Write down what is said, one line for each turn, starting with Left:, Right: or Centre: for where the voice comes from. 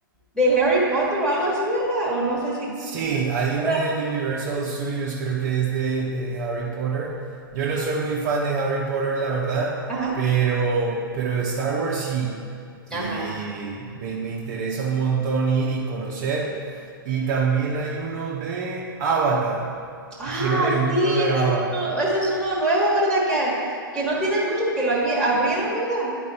Centre: de Harry Potter o algo así, ¿verdad? O no sé si,
Right: Sí,
Centre: si sabes,
Right: hay
Centre: ¿verdad?
Right: uno en Universal Studios, creo que es de, de Harry Potter. Yo no soy muy fan de Harry Potter, la verdad,
Centre: Ajá.
Right: pero, pero de Star Wars sí. Y
Centre: Ajá.
Right: me, me interesa un montón ir y conocer. Y también hay uno de Avatar.
Centre: Ah,
Right: Hicieron el mundo
Centre: sí,
Right: de
Centre: ese
Right: Avatar.
Centre: es uno, ese es uno nuevo, ¿verdad? Que, que no tiene mucho, que lo abri- abrieron, ¿verdad?